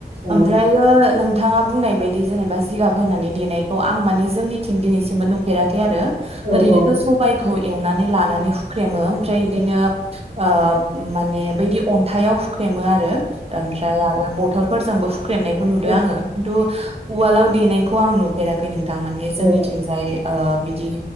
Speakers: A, on the right; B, on the right.
A: औ
B: ओमफ्रायो नों थां बुंनाय बायदि जेनेबा जिगाब होननानै देनायखौ आं माने जोंनिथिं दिनैसिमबो नुफेराखै आरो।
A: औ
B: ओरैनोथ'
A: औ
B: सबाइ खौ एवनानै ला लानै हुख क्रेमो ओमफ्राय इदिनो
A: औ
B: ओ माने बैदि अन्थाइयाव हुख्रेमो आर रो ओमफ्राय आरो बथल फोरजोंबो हुख ख्रेमनायखो नुदो
A: औ
B: आङो खिन्थु उवालाव देनायखौ आं नुफेराखै नों थां माने जोंनिथिंजाय
A: औ
B: ओ बिदि